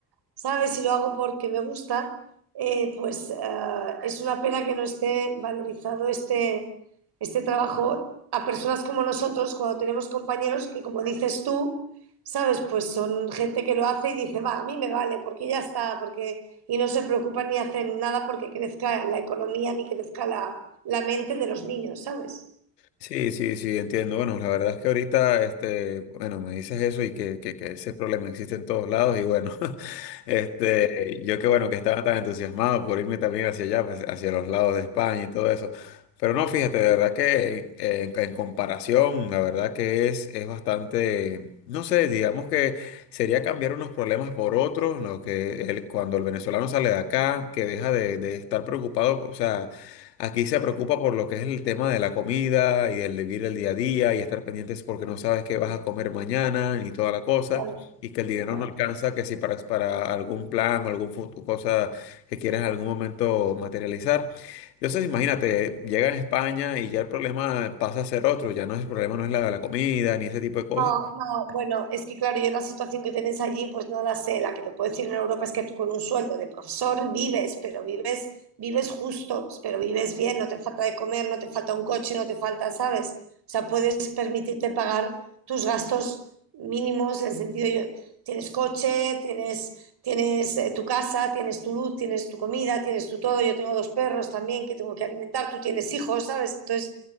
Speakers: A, on the right (about 55°); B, on the left (about 80°).
A: ¿sabes? Si lo hago porque me gusta, eh, pues eh, es una pena que no esté valorizado este, este trabajo a personas como nosotros, cuando tenemos compañeros que, como dices tú, ¿sabes? Pues son gente que lo hace y dice, va, a mí me vale, porque ya está, porque y no se preocupan ni hacen nada porque crezca la economía ni crezca la, la mente de los niños, ¿sabes?
B: Sí, sí, sí, entiendo. Bueno, la verdad es que ahorita, este, bueno, me dices eso y que, que, que ese problema existe en todos lados y bueno, <laughs> este, yo que bueno, que estaba tan entusiasmado por irme también hacia allá, pues, hacia los lados de España y todo eso. Pero no, fíjate, de verdad que eh, en comparación, la verdad que es, es bastante, no sé, digamos que sería cambiar unos problemas por otros, lo que el- cuando el venezolano sale de acá, que deja de, de estar preocupado, o sea Aquí se preocupa por lo que es el tema de la comida y el vivir el día a día y estar pendientes porque no sabes qué vas a comer mañana ni toda la cosa
A: Claro,
B: y que el dinero
A: claro.
B: no alcanza, que si para, para algún plan o algún fut- cosa que quieras en algún momento materializar. Entonces, imagínate, llega a España y ya el problema pasa a ser otro, ya no es el problema, no es la, la comida ni ese tipo de cosas,
A: No, no, bueno, es que claro, yo la situación que tenéis allí, pues no la sé. La que te puedo decir en Europa es que tú con un sueldo de profesor vives, pero vives, vives justo, pero vives bien, no te falta de comer, no te falta un coche, no te falta, ¿sabes? O sea, puedes permitirte pagar tus gastos mínimos, en el sentido, yo, tienes coche, tienes, tienes eh, tu casa, tienes tu luz, tienes tu comida, tienes tu todo. Yo tengo dos perros también que tengo que alimentar, tú tienes hijos, ¿sabes? Entonces,